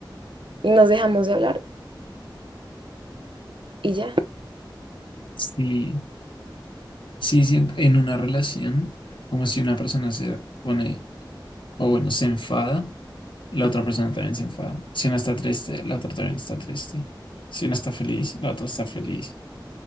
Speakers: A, on the right (about 75°); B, on the left (about 75°).
A: y nos dejamos de hablar y ya.
B: Sí, sí, sí, en en una relación, como si una persona se pone, o bueno, se enfada la otra persona también se enfada. Si una está triste, la otra también está triste. Si una está feliz, la otra está feliz.